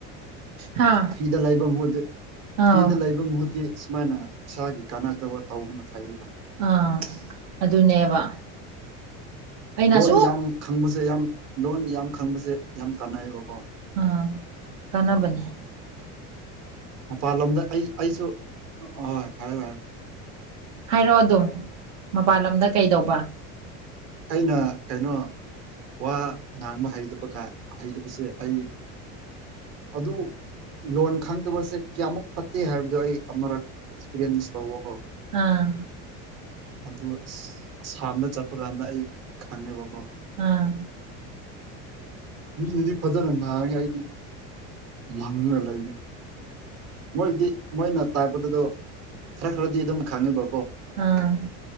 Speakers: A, on the right; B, on the right.
A: ꯍꯥ
B: ꯐꯤꯔꯤꯗ ꯂꯩꯕ ꯃꯍꯨ
A: ꯑꯥꯎ
B: ꯐ꯭ꯤꯔꯤꯗ ꯂꯩꯕ ꯃꯍꯨꯠꯇꯤ ꯁꯨꯃꯥꯏꯅ ꯏꯁꯥꯒꯤ ꯀꯥꯟꯅꯖꯗꯕ ꯇꯧꯕꯅ ꯐꯩꯕ
A: ꯑꯥ ꯑꯗꯨꯅꯦꯕ ꯑꯩꯅ
B: ꯂꯣꯟ
A: ꯑꯁꯨꯛ
B: ꯌꯥꯝ ꯈꯪꯕꯁꯦ ꯌꯥꯝ ꯂꯣꯟ ꯌꯥꯝ ꯈꯪꯕꯁꯦ ꯌꯥꯝ ꯀꯥꯟꯅꯩꯌꯦꯕꯀꯣ
A: ꯑꯥ ꯀꯅꯥꯕꯅꯤꯦ
B: ꯃꯄꯥꯟ ꯂꯝꯣꯝꯗ ꯑꯩ ꯑꯩꯁꯨ ꯍꯣꯏ ꯍꯥꯏ ꯍꯥꯏ
A: ꯍꯥꯏꯔꯛꯑꯣꯗꯣ ꯃꯄꯥꯟ ꯂꯝꯗ ꯀꯩꯗꯧꯕ
B: ꯑꯩꯅ ꯀꯩꯅꯣ ꯋꯥ ꯉꯥꯡꯕ ꯍꯩꯕ ꯍꯩꯇꯕꯁꯦ ꯑꯩ ꯑꯗꯨ ꯂꯣꯟ ꯈꯪꯗꯕꯁꯦ ꯀꯌꯥꯃꯨꯛ ꯐꯠꯇꯦ ꯍꯥꯏꯕꯗꯨꯣ ꯑꯩ ꯑꯃꯛ ꯑꯦꯛꯁꯄꯤꯔꯤꯌꯦꯟꯁ ꯇꯧꯕꯣ
A: ꯑꯥ
B: ꯑꯗꯨ ꯑ ꯑꯁꯥꯝꯗ ꯆꯠꯄ ꯀꯥꯟꯗ ꯑꯩ ꯈꯪꯉꯦꯕꯀꯣ
A: ꯑꯥ
B: ꯃꯤꯅꯗꯤ ꯐꯖꯅ ꯅꯥꯉꯦ ꯑꯩꯗꯤ ꯃꯪꯅ ꯂꯩꯅꯤ ꯃꯣꯏꯗꯤ ꯃꯣꯏꯅ ꯇꯥꯛꯄꯗꯨꯗꯣ ꯈꯔ ꯈꯔꯗꯤ ꯑꯗꯨꯝ ꯈꯥꯡꯉꯦꯕ
A: ꯑꯥ